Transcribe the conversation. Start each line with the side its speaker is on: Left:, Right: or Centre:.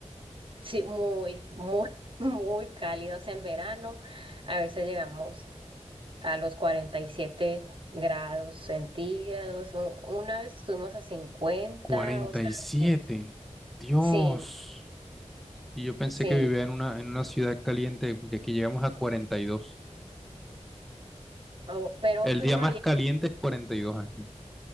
Right: Sí, muy, muy, <laughs> muy cálidos en verano. A veces llegamos a los 47 grados centígrados. U- Una vez estuvimos a cincuenta
Centre: cuarenta
Right: o sea,
Centre: y siete
Right: sí,
Centre: Dios.
Right: sí,
Centre: Y yo pensé
Right: sí.
Centre: que vivía en una, en una ciudad caliente, porque aquí llegamos a cuarenta y dos
Right: Oh, pero,
Centre: El
Right: pero
Centre: día más
Right: allá,
Centre: caliente es 42 aquí.